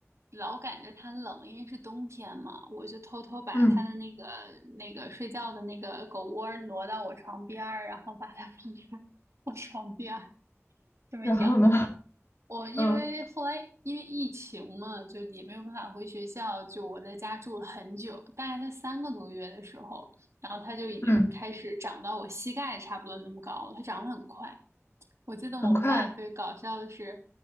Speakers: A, on the right; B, on the left.
A: 老感觉它冷，因为是冬天嘛，我就偷偷把它的那个
B: 嗯，
A: 那个睡觉的那个狗窝挪到我床边儿，然后把它放在我床边儿这么养。
B: 然后呢，<laughs>
A: 我因为后来因为疫情嘛，
B: 嗯
A: 就也没有办法回学校，就我在家住了很久，大概在三个多月的时候，然后它就已经开始长到我膝盖差不多那么高了，
B: 嗯，
A: 它长得很快。我记得我们俩特别搞笑的是，
B: 很快的